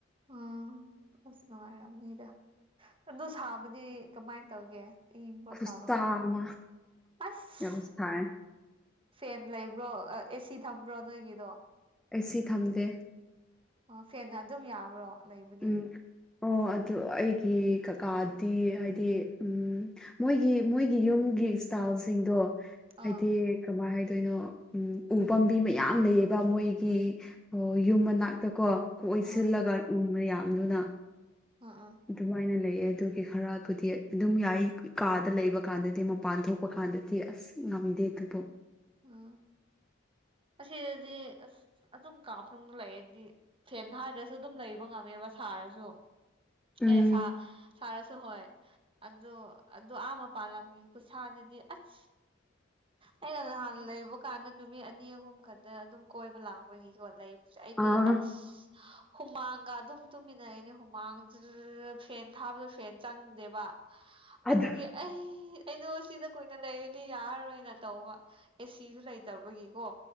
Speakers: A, on the right (about 25°); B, in the centre.
A: ꯎꯝ ꯑꯁ ꯅꯨꯡꯉꯥꯏꯔꯝꯅꯤꯗ ꯑꯗꯨ ꯁꯥꯕꯗꯤ ꯀꯃꯥꯏꯟ ꯇꯧꯒꯦ ꯏꯪꯕ꯭ꯔꯣ
B: ꯈꯨꯠꯁꯥ
A: ꯁꯕ꯭ꯔꯣ
B: ꯑꯃ
A: ꯑꯁ
B: ꯌꯥꯝ ꯁꯥꯏ
A: ꯐꯦꯟ ꯂꯩꯕ꯭ꯔꯣ ꯑ ꯑꯦꯁꯤ ꯊꯝꯕ꯭ꯔꯣ ꯅꯣꯏꯒꯤꯗꯣ
B: ꯑꯩꯁꯤ ꯊꯝꯗꯦ
A: ꯑꯣ ꯐꯦꯟꯅ ꯑꯗꯨꯝ ꯌꯥꯕ꯭ꯔꯣ ꯂꯩꯕꯨꯗꯤ
B: ꯎꯝ ꯑꯣ ꯑꯗꯨ ꯑꯩꯒꯤ ꯀꯥꯀꯥꯗꯤ ꯍꯥꯏꯗꯤ ꯎꯝ ꯃꯣꯏꯒꯤ ꯃꯣꯏꯒꯤ ꯌꯨꯝꯒꯤ ꯏꯁꯇꯥꯜꯁꯤꯡꯗꯣ
A: ꯑꯥ
B: ꯍꯥꯏꯗꯤ ꯀꯃꯥꯏ ꯍꯥꯏꯗꯣꯏꯅꯣ ꯎꯝ ꯎ ꯄꯥꯝꯕꯤ ꯃꯌꯥꯝ ꯂꯩꯌꯦꯕ ꯃꯣꯏꯒꯤ ꯑꯣ ꯌꯨꯝ ꯃꯅꯥꯛꯇ ꯀꯣ ꯀꯣꯏꯁꯤꯜꯂꯒ
A: ꯑꯥ
B: ꯎ ꯃꯌꯥꯝꯗꯨꯅ
A: ꯑ ꯑ
B: ꯑꯗꯨꯃꯥꯏꯅ ꯂꯩꯌꯦ ꯑꯗꯨꯒꯤ ꯈꯔꯕꯨꯗꯤ ꯑꯗꯨꯝ ꯌꯥꯏ ꯀꯥꯗ ꯂꯩꯕ ꯀꯥꯟꯗꯗꯤ ꯃꯄꯥꯟ ꯊꯣꯛꯄ ꯀꯥꯟꯗꯗꯤ ꯑꯁ ꯉꯝꯗꯦ ꯑꯗꯨꯕꯨ
A: ꯎꯝ ꯑꯁꯤꯗꯗꯤ ꯑꯁ ꯑꯗꯨꯝ ꯀꯥꯃꯅꯨꯡ ꯂꯩꯔꯗꯤ ꯐꯦꯟ ꯊꯥꯗ꯭ꯔꯁꯨ ꯑꯗꯨꯝ ꯂꯩꯕ ꯉꯝꯃꯦꯕ ꯁꯥꯔꯁꯨ
B: ꯎꯝ
A: ꯑꯦ ꯁꯥ ꯁꯥꯔꯁꯨ ꯍꯣꯏ ꯑꯗꯨ ꯑꯗꯨ ꯑꯥ ꯃꯄꯥꯥꯟꯂꯝꯒꯤ ꯈꯨꯠꯁꯥꯗꯨꯗꯤ ꯑꯁ ꯑꯩꯅ ꯅꯍꯥꯟ ꯂꯩꯕ ꯀꯥꯟꯗ ꯅꯨꯃꯤꯠ ꯑꯅꯤ ꯑꯍꯨꯝ ꯈꯛꯇ ꯑꯗꯨꯝ ꯀꯣꯏꯕ ꯂꯥꯛꯄꯒꯤꯀꯣ ꯂꯩ ꯃꯁꯦ ꯑꯩꯗꯤ
B: ꯑꯥ
A: ꯑꯩꯁ ꯍꯨꯃꯥꯡꯒ ꯑꯗꯨꯝ ꯇꯨꯝꯃꯤꯟꯅꯩꯑꯦꯅꯦ ꯍꯨꯃꯥꯡꯖꯨꯔꯨꯔꯨ ꯐꯦꯟ ꯊꯥꯕꯗ ꯐꯦꯟ ꯆꯪꯗꯦꯕ ꯑꯗꯨꯒꯤ
B: ꯑꯗꯨ
A: ꯑꯩ ꯑꯩꯗꯣ ꯁꯤꯅ ꯀꯨꯏꯅ ꯂꯩꯔꯗꯤ ꯌꯔꯥꯔꯣꯏꯅ ꯇꯧꯕ ꯑꯦꯁꯤꯖꯨ ꯂꯩꯇꯕꯒꯤꯀꯣ